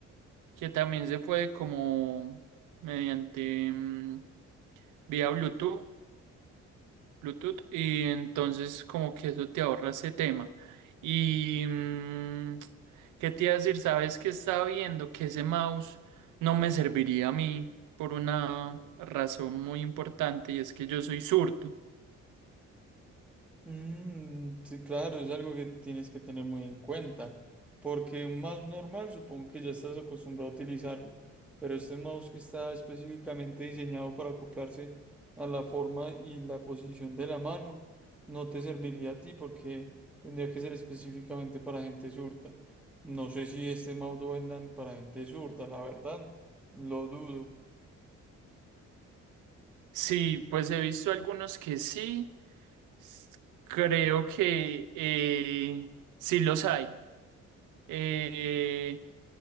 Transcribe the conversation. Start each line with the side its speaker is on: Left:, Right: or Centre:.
Right: que también se puede como mediante mm, vía Bluetooth Bluetooth y entonces como que eso te ahorra ese tema. Y mm, qué te iba a decir, sabes que estaba viendo que ese mouse no me serviría a mí por una razón muy importante y es que yo soy zurdo
Centre: Mm, sí, claro, es algo que tienes que tener muy en cuenta, porque un mouse normal supongo que ya estás acostumbrado a utilizarlo, pero este mouse que está específicamente diseñado para acoplarse a la forma y la posición de la mano, no te serviría a ti porque tendría que ser específicamente para gente zurda. No sé si este mouse lo vendan para gente zurda, la verdad, lo dudo.
Right: Sí, pues he visto algunos que sí, s- creo que eh, sí los hay. Eh,